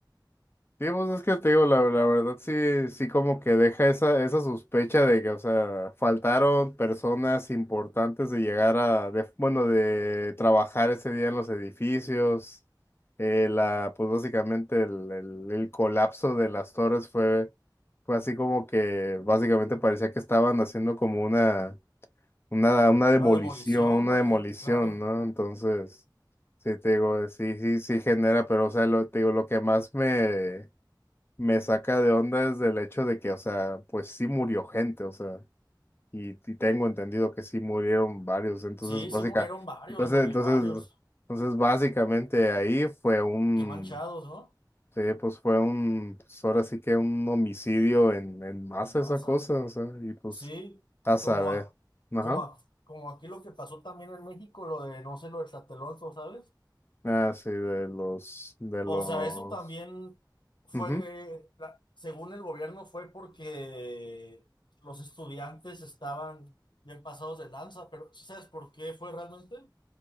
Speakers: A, on the left; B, on the left.
A: Sí, pues es que te digo, la, la verdad sí, sí como que deja esa, esa sospecha de que, o sea, faltaron personas importantes de llegar a, de- bueno, de trabajar ese día en los edificios. Eh, la, pues básicamente el, el, el colapso de las torres fue, fue así como que básicamente parecía que estaban haciendo como una, una, una demolición,
B: Una demolición,
A: una
B: güey,
A: demolición,
B: claro.
A: ¿no? Entonces, sí, te digo, sí, sí, sí genera, pero, o sea, lo, te digo, lo que más me me saca de onda desde el hecho de que, o sea, pues sí murió gente, o sea, y, y tengo entendido que sí murieron varios, entonces
B: Sí,
A: básica,
B: sí murieron varios,
A: entonces,
B: güey,
A: entonces,
B: varios.
A: entonces básicamente ahí fue un,
B: Qué manchados, ¿no?
A: sí, pues fue un, pues ahora sí que un homicidio en, en masa
B: Masa.
A: esa cosa, o sea, y pues,
B: Sí,
A: a saber,
B: como, a-
A: ajá,
B: como, a- como aquí lo que pasó también en México, lo de, no sé, lo de Tlatelolco, ¿sabes?
A: ah, sí, de los, de
B: O
A: los,
B: sea, eso también fue,
A: mhm,
B: la- según el gobierno, fue porque los estudiantes estaban bien pasados de lanza, pero ¿sí ¿sabes por qué fue realmente?